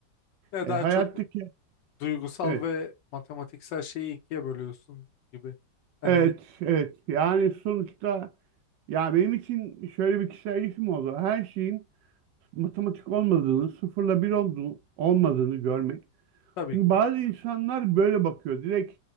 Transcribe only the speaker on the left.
Ya
daha
çok duygusal
ve matematiksel şeyi ikiye bölüyorsun gibi. Hani
tabii
ki.